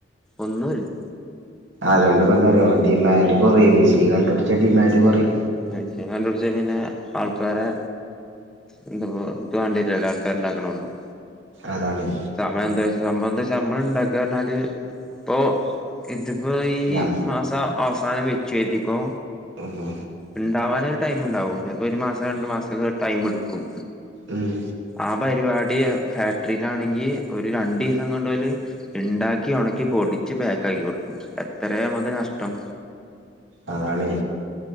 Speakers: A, in the centre; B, on the right.
A: ഒന്നൂല്ലാ
B: അതോണ്ട്പ്പെന്താറ്യോ ഡിമാൻഡ് കൊറിം മിഷീൻ കണ്ടുട്ച്ചാ ഡിമാൻഡ് കൊറിം
A: മെഷീൻ കണ്ടുട്ച്ച പിന്നെ ആൾക്കാരെ എന്ത്പ്പാെ ഇപ്പം കണ്ടില്ലല്ലോ ആൾക്കാര്ണ്ടാക്ക്ണ ഒന്നും
B: അതാണേ
A: സമയെന്തേച്ചാ സംഭവംന്തെച്ചാ നമ്മള്ണ്ടാക്കാർഞ്ഞാല് ഇപ്പൊ ഇത്പ്പോ ഈ
B: നം
A: മാസം അവസാനം വെച്ച്ര്തിക്കോ
B: ഓ ഓഹോ
A: ഇണ്ടാവാനൊരു ടൈമ്ണ്ടാവും ചെൽപ്പോര് മാസാേ രണ്ട് മാസാെക്കെ ടൈമ്ട്ക്കും
B: ഉം
A: ആ പര്പാടി ഫാക്ടറീലാണെങ്കി ഒരേ രണ്ടീസം കൊണ്ടാേല് ഇണ്ടാക്കി ഒണെക്കി പൊടിച്ച് പാക്കാക്കി കൊട്ക്കും എത്രേ ഞമ്മക്ക് നഷ്ടം
B: അതാണെ